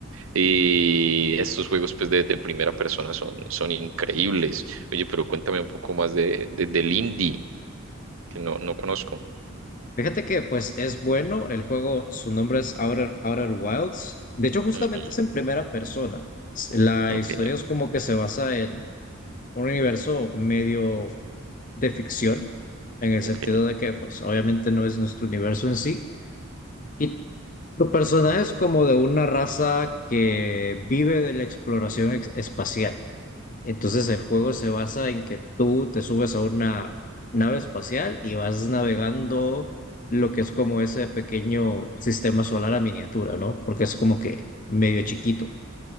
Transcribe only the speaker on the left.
Fíjate que pues es bueno, el juego, su nombre es Outer, Outer Wilds, de hecho justamente
es en primera persona. S- La
historia es como que se basa en un universo medio f- de ficción, en el
sentido de que pues obviamente no es nuestro universo en sí, y tu personaje es como de una raza que vive de la exploración ex- espacial. Entonces el juego se basa en que tú te subes a una nave espacial y vas navegando lo que es como ese pequeño sistema solar a miniatura, ¿no? Porque es como que medio chiquito.